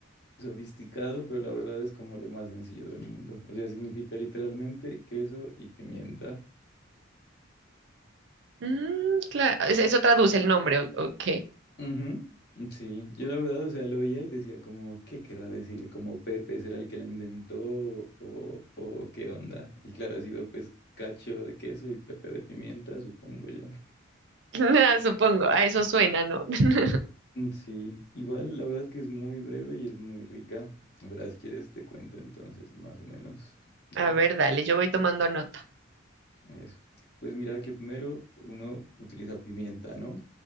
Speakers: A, on the left (about 55°); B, on the right (about 60°).
A: sofisticado, pero la verdad es como lo más sencillo del mundo. O sea, significa literalmente queso y pimienta.
B: Mm, claro, eso traduce el nombre, ¿o, o qué?
A: Ujú, Sí, yo la verdad, o sea, lo oía y decía como, ¿qué querrá decir? ¿Como Pepe será el que la inventó o, o qué onda? Y claro, ha sido pues cacho de queso y Pepe de pimienta, supongo yo.
B: <laughs> Nada, supongo, a eso suena, ¿no? <laughs>
A: Mm, Sí, igual la verdad es que es muy breve y es muy rica. La verdad, si quieres te cuento entonces más o menos
B: A
A: como
B: ver, dale, yo voy tomando nota.
A: eso. Pues mira que primero uno utiliza pimienta, ¿no?